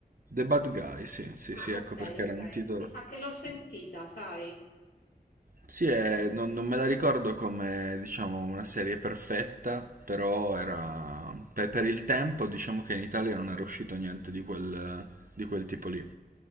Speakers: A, on the right; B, on the left.
A: The Bad Guy, sì, sì,
B: Ah,
A: sì, ecco
B: ok,
A: perché era
B: ok.
A: un titolo.
B: Mi sa che l'ho sentita, sai?
A: Sì, è- non, non me la ricordo come, diciamo, una serie perfetta, però era... Per, per il tempo, diciamo che in Italia non era uscito niente di quel, di quel tipo lì.